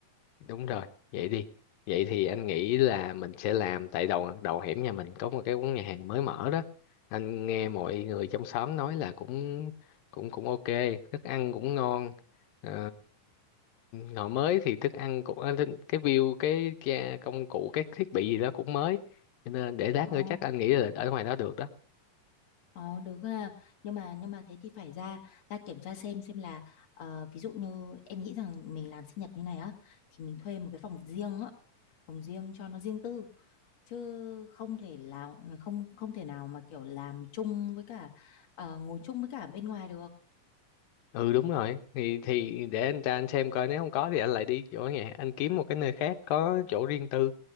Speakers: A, on the left; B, on the left.
A: đúng rồi vậy đi vậy thì anh nghĩ là mình sẽ làm tại đầu đầu hẻm nhà mình có một cái quán nhà hàng mới mở đó anh nghe mọi người trong xóm nói là cũng cũng cũng ok thức ăn cũng ngon ờ, ngõ mới thì thức ăn cũng ờ, thức- cái view cái, cái công cụ cái thiết bị gì đó cũng mới cho nên để lát
B: Ồ.
A: nữa chắc anh nghĩ là ở ngoài đó được đó
B: Ờ được ha. Nhưng mà nhưng mà thế thì phải ra ra kiểm tra xem xem là ờ, ví dụ như em nghĩ rằng mình làm sinh nhật như này á thì mình thuê một cái phòng riêng á, phòng riêng cho nó riêng tư chứ không thể là không không thể nào mà kiểu làm chung với cả ờ, ngồi chung với cả bên ngoài được.
A: ừ đúng rồi thì thì để anh ra anh xem coi nếu không có thì anh lại đi chỗ nhà anh kiếm một cái nơi khác có chỗ riêng tư